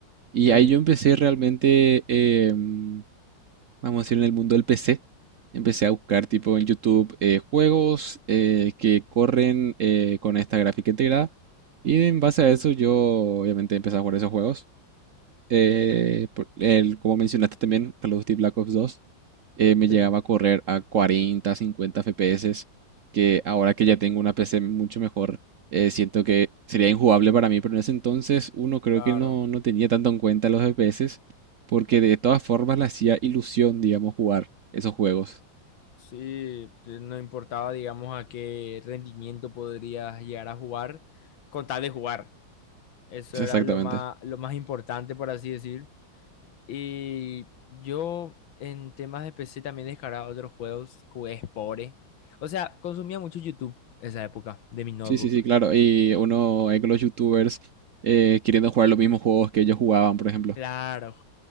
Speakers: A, on the right; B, on the left.
A: y
B: Sí,
A: ahí yo empecé realmente, eh, mm, vamos a decir, en el mundo del PC, empecé a buscar tipo en YouTube eh, juegos eh, que corren eh, con esta gráfica integrada, y en base a eso yo obviamente empecé a jugar esos juegos eh, por- el- como mencionaste también, Call of Duty Black Ops 2, eh, me llegaba
B: sí,
A: a correr a 40, 50 FPS, que ahora que ya tengo una PC mucho mejor, eh, siento que sería injugable para mí, pero en ese entonces uno creo
B: claro.
A: que no, no tenía tanto en cuenta los FPS, porque de todas formas le hacía ilusión, digamos, jugar esos juegos.
B: Sí, pues, no importaba, digamos, a qué rendimiento podrías llegar a jugar, con tal de jugar. Eso
A: Sí,
B: era
A: Exactamente.
B: lo más, lo más importante, por así decir. Y yo en temas de PC también descargaba otros juegos, jugué Spore. O sea, consumía mucho YouTube esa época de mi notebook.
A: Sí, sí, sí, claro. Y uno ve que los youtubers eh, queriendo jugar los mismos juegos que ellos jugaban, por ejemplo.
B: Claro.